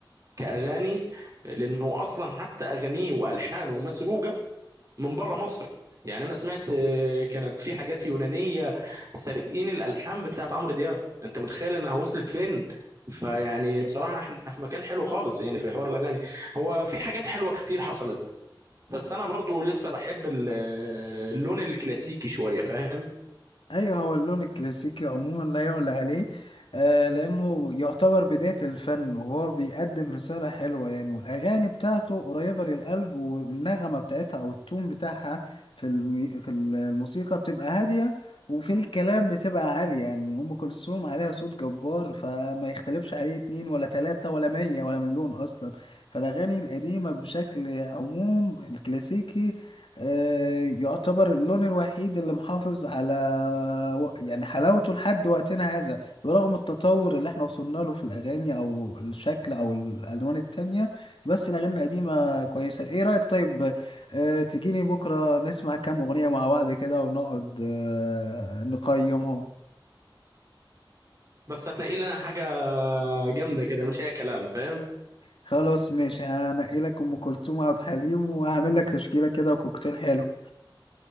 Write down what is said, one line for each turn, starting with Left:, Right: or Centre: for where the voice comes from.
Right: كاغاني لانه اصلا حتى اغانيه والحانه مسروقه من بره مصر يعني انا سمعت آه، كانت في حاجات يونانيه سارقين الالحان بتاعت عمرو دياب انت متخيل انها وصلت فين فيعني بصراحه احنا في مكان حلو خالص يعني في حوار الاغاني هو في حاجات حلوه كتير حصلت بس انا برضو لسه بحب ال- آه، اللون الكلاسيكي شويه فاهم
Left: ايوه هو اللون الكلاسيكي عموما لا يعلى عليه آه لانه يعتبر بداية الفن وهو بيقدم رسالة حلوة يعني والاغاني بتاعته قريبة للقلب والنغمة بتاعتها او التون بتاعها في الم... في الموسيقى بتبقى هادية وفي الكلام بتبقى عالية يعني ام كلثوم عليها صوت جبار فما يختلفش عليه اتنين ولا تلاتة ولا مية ولا مليون اصلا فالاغاني القديمة بشكل عموم الكلاسيكي آه، يعتبر اللون الوحيد اللي محافظ على و- يعني حلاوته لحد وقتنا هذا برغم التطور اللي احنا وصلنا له في الأغاني أو الشكل أو الألوان التانية بس الأغاني القديمة كويسة ايه رأيك طيب آه، تجيني بكرة نسمع كام أغنية مع بعض كده ونقعد آه، نقيمهم
Right: بس هتنقي لي انا حاجه جامده كده مش اي كلام فاهم
Left: خلاص ماشي هنقي لك أم كلثوم وعبد الحليم وهعمل لك تشكيلة كده وكوكتيل حلو